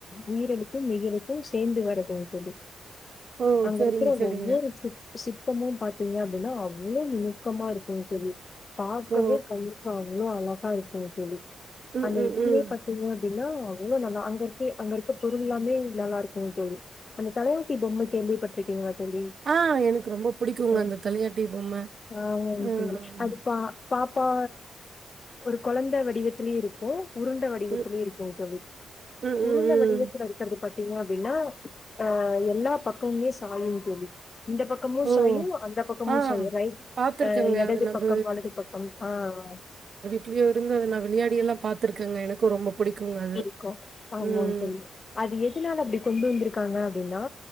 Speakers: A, on the left; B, on the right.
A: உயிரெழுத்தும் மெய்யெழுத்தும் சேர்ந்து வரதுங் தோழி
B: ஓ!
A: அங்க
B: சரிங்க,
A: இருக்ற
B: சரிங்க.
A: ஒவ்வொரு சிற் சிற்பமும் பாத்தீங்க அப்படின்னா அவ்வளவு நுணுக்கமா இருக்குங் தோழி பாக்கவே
B: ஓ!
A: கமுக்காவு எவ்ளோ அழ ஆங் செரி தோழி
B: ம்,
A: அந்த
B: ம்,
A: இதுவுமே
B: ம்.
A: பாத்தீங்க அப்டின்னா அவ்ளோ நல்லா அங்க இருக்க அங்க இருக்க பொருள் எல்லாமே நல்லா இருக்கும் தோழி அந்த தலையாட்டி பொம்ம கேள்விப்பட்டிருக்கீங்களா தோழி?
B: ஆஹ் எனக்கு ரொம்ப புடிக்குங்க
A: அ
B: அந்த தலையாட்டி பொம்ம
A: ஆமாங்க
B: அஹ்
A: தோழி. அது பா பாப்பா ஒரு கொழந்த வடிவத்திலயும் இருப்போ உருண்ட வடிவத்திலே
B: ம்,
A: இருக்கும் தோழி
B: ம்,
A: உருண்ட
B: ம், ம்.
A: வடிவத்ல இருக்கிறது பாத்தீங்ன்னா அப்படின்னா அஹ் எல்லா பக்கமுமே சாயும் தோழி இந்த பக்கமு
B: ஓ!
A: சாயும் அந்த பக்கமு
B: ஆ
A: சாயும் ரைட்
B: பாத்துருக்கேங்க.
A: அஹ் எடது
B: அது நம்ப
A: பக்கம் வலது பக்கம் ஆஹ்
B: ட்லயோ இருந்து அத நான் விளையாடி எல்லாம் பாத்திருக்கேங்க எனக்கு ரொம்ப பிடிக்குங்க அது.
A: இருக்கும் ஆமா
B: ம்.
A: தோழி அது எதுனால அப்படி கொண்டு வந்ருக்காங்க அப்படின்னா